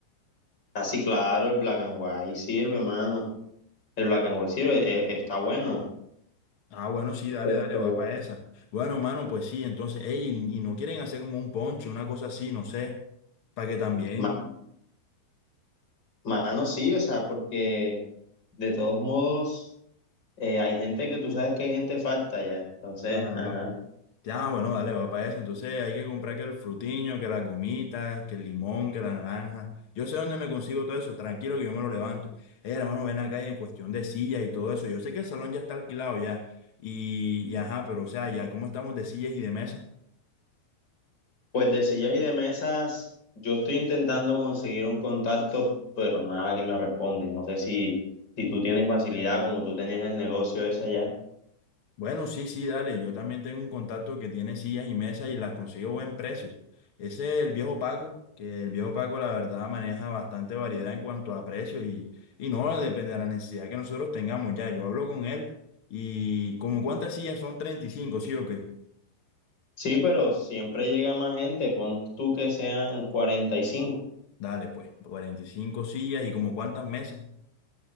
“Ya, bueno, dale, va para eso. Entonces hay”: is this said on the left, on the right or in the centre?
Left